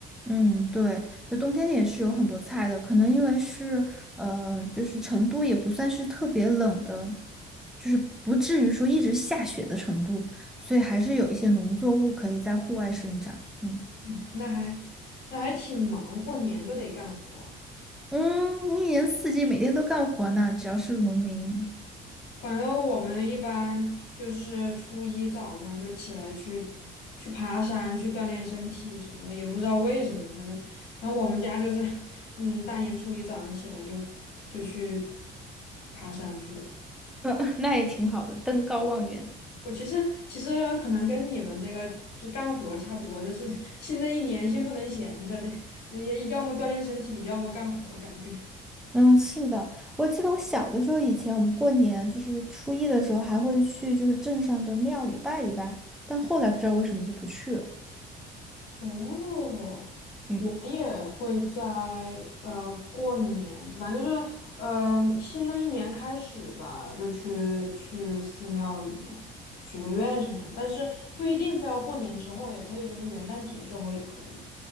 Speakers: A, in the centre; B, on the left (about 75°).
A: 嗯，对，那冬天也是有很多菜的，可能因为是呃，就是成都也不算是特别冷的，就是不至于说一直下雪的程度，所以还是有一些农作物可以在户外生长。嗯
B: 嗯那还那还挺忙，过年都得干活儿
A: 嗯，一年四季每天都干活呢，只要是农民。
B: 反正我们一般就是初一早上就起来去去爬山，去锻炼身体什么的，也不知道为什么，反正反正我们家就是，<laughs> 嗯，大年初一早上起来就就去爬山去了。
A: <laughs> 那也挺好的，登高望远。
B: 我其实其实可能跟你们这个就干活儿差不多，就是新的一年先不能闲着，得也要么锻炼身体，要么干活儿感觉。
A: 嗯，是的，我记得我小的时候，以前我们过年就是初一的时候还会去就是镇上的庙里拜一拜，但后来不知道为什么就不去了。
B: 哦，
A: 嗯。
B: 我们也会在呃过年，反正就是嗯、呃新的一年开始吧，就去去寺庙里面许个愿什么，但是不一定非要过年之后，也可以就是元旦节之后也可以。